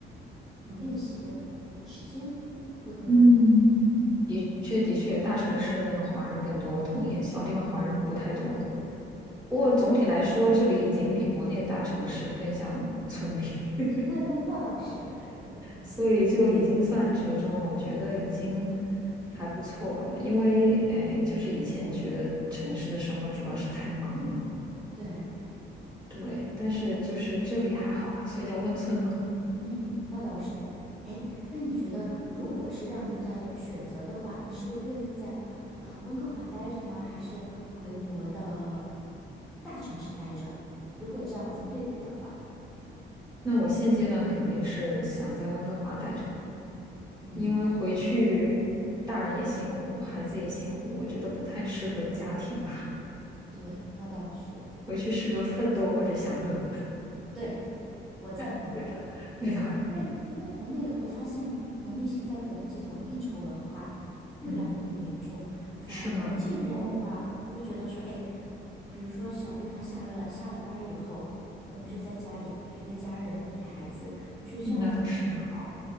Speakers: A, in the centre; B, on the right (about 20°).
A: 能练习的时间会更多。
B: 嗯，的确的确，大城市的那个华人更多，我同意，小地方华人不太多。不过总体来说，
A: 对，
B: 这里已经比国内的大城市更像村里，<laughs>
A: 那那那倒是，对。
B: 所以就已经算折中了。我觉得已经还不错了，因为哎，就是以前觉得城市的生活主要是太忙了，
A: 对，
B: 对。但是就是这里还好吧，所以叫温村嘛。
A: 嗯，那倒是。哎，那你觉得，如果是让你再选择的话，你是愿意在呃温哥华待着呢，还是回国的大城市待着？如果这样子对比的话，
B: 那我现阶段肯定是想在温哥华待着，
A: 嗯，
B: 因为回去大人也辛苦，孩子也辛苦，我觉得不太适合家庭吧，
A: 对，那倒是，
B: 回去适合奋斗或者享乐，
A: 对，我赞成。
B: <laughs> 对吧？<laughs> 对吧？
A: 对，因为因为国内我发现国内现在的这种应酬文化越来越严重，
B: 嗯。
A: 反而在这边的话，
B: 是吗？哦，
A: 我会觉得说，哎，比如说小地方下了下了班儿以后，我们就在家里陪陪家人，陪陪孩子，我觉得这样子很好。
B: 嗯那倒是，